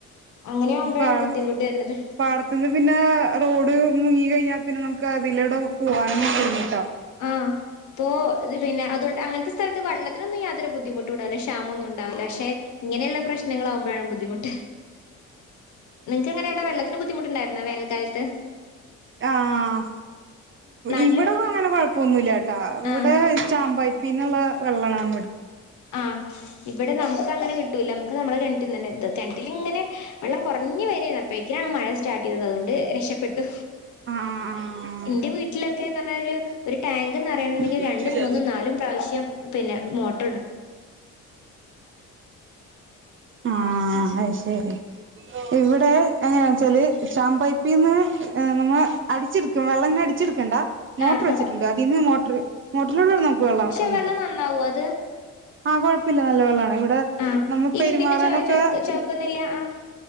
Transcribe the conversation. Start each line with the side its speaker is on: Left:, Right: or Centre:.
Left: അങ്ങനെ ആവുമ്പോഴാണ്
Right: പാട
Left: ബുദ്ധിമുട്ട് വരുന്നത്
Right: പാടത്തന്ന് പിന്നെ റോഡ് മുങ്ങി കഴിഞ്ഞാ പിന്നെ നമുക്ക് അതിലൂടെ പോവാണന്ന പറഞ്ഞിട്ടോ
Left: ആ ഇപ്പോ ഇ പിന്നെ അതുകൊണ്ട് അങ്ങനത്തെ സ്ഥലത്ത് വെള്ളത്തി അനൊന്നും യാതരുദ്ധിമുട്ട് ഇണ്ടാവില്ല ക്ഷാമ ഒന്നും ഉണ്ടാവില്ല പക്ഷെ ഇങ്ങനെയുള്ള പ്രശ്നങ്ങൾാകുമ്പോഴാണ് ബുദ്ധിമുട്ട് നിങ്ങക്ക് എങ്ങനെയ അവിടടെ വെള്ളത്തിന് ബുദ്ധിമുട്ടുണ്ടായിരുന്ന വേനൽക്കാലത്ത്
Right: ആഹ്
Left: നാട്ടില്
Right: ഇവിടെ <unintelligible> ഇവിടെ
Left: ആഹ്
Right: ചാമ്പായപ്പീന്നുള്ള വെള്ളണം
Left: ആഹ ഇവിടെ നമുക്ക് അങ്ങനെ കിട്ടൂല നമ്മുടെ കേ കേന്ട്ടിൽ ഇങ്ങനെ വെള്ളം കുറഞ്ഞു വാരുവേനി അപ്പോഴക്കിനാണ് മഴ സ്റ്റാർട്ട് ചെയ്തത് അതുകൊണ്ട് രക്ഷപ്പെട്ടു
Right: ആഹ് ആഹ് ആഹ്
Left: എന്റെ വീട്ടിലൊക്കെ <unintelligible> ടാങ്ക്ന്ന് നറയണ്ണമെങ്കിൽ
Right: ആഹ്
Left: രണ്ടും മൂന്നും നാലും പ്രാവശ്യം പിന്നെ മോട്ട്
Right: ആ അത് ശരി ഇവിടെ എങ്ങനെയാ വച്ചാൽ ഷാം പൈപ്പിൽ നിന്ന് നമ്മൾ അടിച്ചെടുക്കും വെള്ളം ങ്ങനെ അടിച്ചെടുക്കണ്ട മോട്ടർ
Left: ആഹ്
Right: വെച്ചിട്ടുണ്ട്
Left: ആഹ്
Right: അതിന്ന് മോട്ടർ മോട്ടറിലൂടെൂടെ നമുക്ക് വെള്ളം
Left: പക്ഷെ
Right: കിട്ടും
Left: നന്നാവോ അത്
Right: ആഹ കുഴപ്പമില്ല നല്ല വെള്ളാണ് ഇവിടെ
Left: ആഹ്
Right: നമ്മ പെരുമാറാനൊക്കെ
Left: ഇരുമ്പിന്റെ ചോയ ചോ ചോക്കുന്നില്ല ആഹ്